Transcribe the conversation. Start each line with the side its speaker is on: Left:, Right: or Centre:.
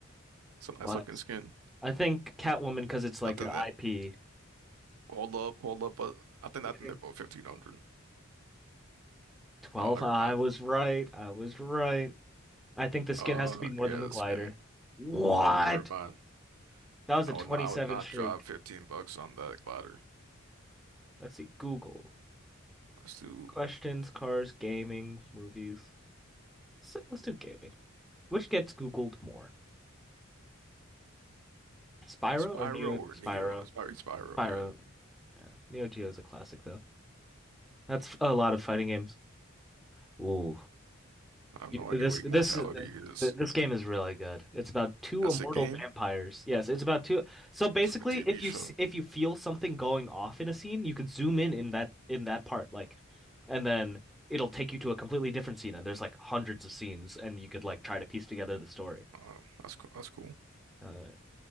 Right: It's a nice
Centre: Black
Right: looking skin.
Centre: I think Catwoman because it's like
Right: I think
Centre: an IP.
Right: that
Centre: Do
Right: hold up, hold up, but I think
Centre: you
Right: I think
Centre: think
Right: they're both fifteen hundred.
Centre: 12?
Right: Oh, never
Centre: I
Right: mind.
Centre: was right. I was right. I think the skin
Right: Uh,
Centre: has to be more
Right: yeah,
Centre: than the
Right: the
Centre: glider.
Right: skin.
Centre: What?
Right: Never mind.
Centre: That was
Right: I
Centre: a 27
Right: would not. I would not
Centre: streak.
Right: drop fifteen bucks on that glider.
Centre: Let's see. Google.
Right: Let's do
Centre: Questions, cars, gaming, movies. So let's do gaming. Which gets Googled more? Spyro
Right: Spyro
Centre: or Neo
Right: or
Centre: Spyro?
Right: Neo. It's probably Spyro.
Centre: Spyro.
Right: Yeah,
Centre: Yeah. Neo Geo is a classic though. That's a lot of fighting games. Ooh.
Right: I have
Centre: You-
Right: no
Centre: This
Right: idea what
Centre: this
Right: Immortality
Centre: th-
Right: is.
Centre: this game is really good. It's about two
Right: That's
Centre: immortal
Right: a game.
Centre: vampires. Yes, it's about two. So basically,
Right: That's like a TV
Centre: if you
Right: show.
Centre: s- if you feel something going off in a scene, you could zoom in in that in that part, like, and then it'll take you to a completely different scene. And there's like hundreds of scenes, and you could like try to piece together the story.
Right: Uh, that's co- that's cool.
Centre: Uh,